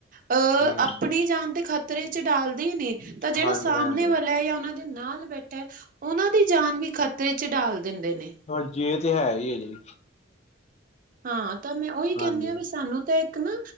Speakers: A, on the right (about 45°); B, on the left (about 35°).
A: ਅਹ
B: ਹਾਂਜੀ
A: ਆਪਣੀ ਜਾਨ ਤੇ ਖਾ ਤਰੇ ਚ ਡਾਲਦੇ ਨੇ ਤਾਂ ਜਿਹੜਾ
B: ਹਾਂਜੀ
A: ਸਾਹਮਣੇ
B: ਹਾਂਜੀ
A: ਵਾਲਾ ਜਾਂ ਉਹਨਾਂ ਦੇ ਨਾਲ ਬੈਠਾ ਉਹਨਾਂ ਦੀ ਜਾਨ ਵੀ ਖ਼ਤਰੇ ਚ ਡਾਲ ਦਿੰਦੇ ਨੇ।
B: ਹਾਂਜੀ, ਇਹ ਤੇ ਹੈਈ ਐ ਜੀ।
A: ਹਾਂ, ਤਾਂ ਮੈਂ ਉਹੀ ਕਹਿਣੀ
B: ਹਾਂਜੀ
A: ਆ ਵੀ ਸਾਨੂੰ ਤਾਂ ਇੱਕ ਨਾ।